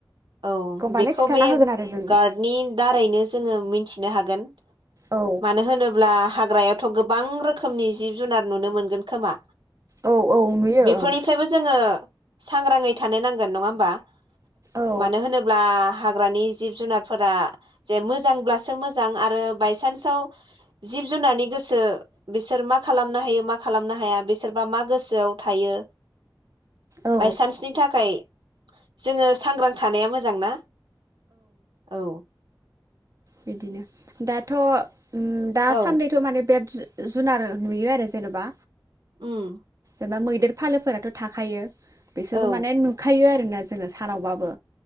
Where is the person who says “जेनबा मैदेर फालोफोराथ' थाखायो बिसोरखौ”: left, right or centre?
Right